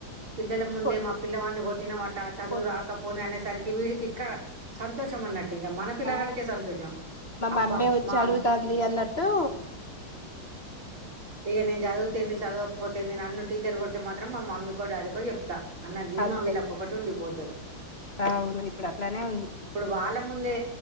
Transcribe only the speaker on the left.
కొ
కొ
ఆ
మా మమ్మీ
వచ్చి
అడుగుతాంది అన్నట్టు
అంతే
అవును ఇప్పుడు అట్లానే ఉంది